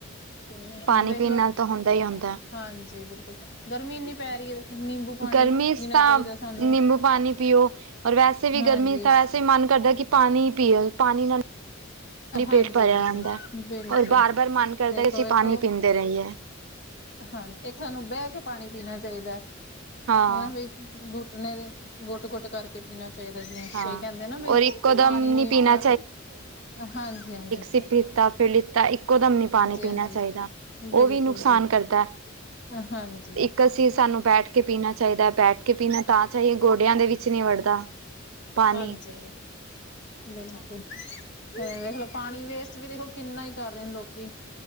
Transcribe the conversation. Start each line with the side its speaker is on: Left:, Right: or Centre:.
Left: ਕਿ
Right: ਪਾਣੀ
Left: ਹੁਣ ਦੇਖਲੋ,
Right: ਪੀਣ ਨਾਲ ਤਾਂ ਹੁੰਦਾ ਹੀ ਹੁੰਦਾ
Left: ਹਾਂਜੀ ਬਿਲਕੁਲ, ਗਰਮੀ ਏਨੀ ਪੈ ਰਹੀ ਆ, ਦੇਖੋ ਨਿੰਬੂ ਪਾਣੀ
Right: ਗਰਮੀ
Left: ਪੀਣਾ
Right: ਚ ਤਾਂ
Left: ਚਾਹੀਦਾ ਸਾਨੂੰ
Right: ਨਿੰਬੂ ਪਾਣੀ ਪੀਓ, ਔਰ ਵੈਸੇ ਵੀ
Left: ਹਾਂਜੀ
Right: ਗਰਮੀ ਤਾਂ ਵੈਸੇ ਵੀ ਮਨ ਕਰਦਾ ਕਿ ਪਾਣੀ ਪੀਓ ਪਾਣੀ ਨਾਲ ਲਈ
Left: ਹਾਂਜੀ
Right: ਪੇਟ ਭਰਿਆ
Left: -ਹਾਂਜੀ
Right: ਜਾਂਦਾ
Left: ਬਿਲਕੁਲ
Right: ਔਰ ਬਾਰ ਬਾਰ ਮਨ ਕਰਦਾ
Left: ਦੇਖੋ
Right: ਅਸੀਂ
Left: ਵੇਖੋ,
Right: ਪਾਣੀ ਪੀਂਦੇ ਰਹੀਏ
Left: ਹਾਂ ਇੱਕ ਸਾਨੂੰ ਬੈਹ ਕੇ ਪਾਣੀ- ਪੀਣਾ ਚਾਈਦਾ
Right: ਹਾਂ
Left: ਹਨਾ ਵਈ ਗੁੱਟਣੇ ਦੇ ਗੋਟ-ਗੋਟ ਕਰਕੇ ਪੀਣਾ ਚਾਹੀਦਾ, ਜਿਵੇਂ
Right: ਹਾਂ
Left: ਕਈ ਕਹਿੰਦੇ ਨਾ, ਬ
Right: ਔਰ ਇੱਕੋ ਦਮ
Left: ਪਾਣੀ ਵੀ
Right: ਨਹੀਂ ਪੀਣਾ
Left: ਆਪਣਾ। ਹਾਂਜੀ-ਹਾਂਜੀ।
Right: ਸਿੱਪ ਲਿੱਤਾ- ਫਿਰ ਲਿੱਤਾ, ਇੱਕੋ ਦਮ ਨੀ ਪਾਣੀ ਪੀਣਾ
Left: ਹਾਂਜੀ
Right: ਚਾਈਦਾ,
Left: ਬਿਲਕੁਲ
Right: ਓਹ ਵੀ ਨੁਕਸਾਨ
Left: ਜੀ
Right: ਕਰਦਾ।
Left: ਹਾਂਜੀ।
Right: ਕਸੀ ਸਾਨੂੰ ਬੈਠ ਕੇ ਪੀਣਾ ਚਾਹੀਦਾ, ਬੈਠ ਕੇ ਪੀਣਾ ਤਾਂ ਚਾਹੀਦਾ ਗੋਡਿਆਂ ਦੇ ਵਿੱਚ ਨਈ ਵੜਦਾ। ਪਾਣੀ
Left: ਹਾਂਜੀ। ਬਿਲਕੁਲ-ਬਿਲਕੁਲ ਤੇ ਵੇਖਲੋ ਪਾਣੀ ਵੇਸਟ ਵੀ ਦੇਖੋ ਕਿੰਨਾ ਈ ਕਰ ਰਹੇ ਨੇ ਲੋਕੀ।